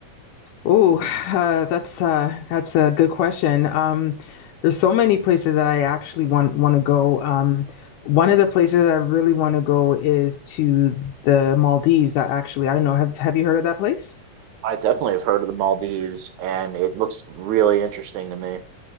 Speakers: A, on the left; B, on the right.
A: Oh, uh, that's uh, that's a good question. Um, there's so many places that I actually want want to go. Um, one of the places I really want to go is to the Maldives. I actually, I don't know. Have have you heard of that place?
B: I definitely have heard of the Maldives, and it looks really interesting to me.